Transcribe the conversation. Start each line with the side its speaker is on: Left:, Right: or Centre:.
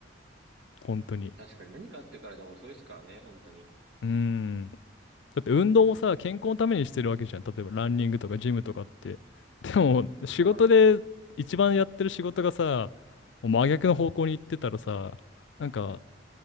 Left: 本当に。
Right: 確かに何かあってからじゃ遅いですからね、本当に。
Left: うーん。だって運動もさ、健康のためにしてるわけじゃん。例えばランニングとかジムとかって。でも、仕事で一番やってる仕事がさ、
Right: は
Left: もう真逆の方向に行ってたらさ、なんか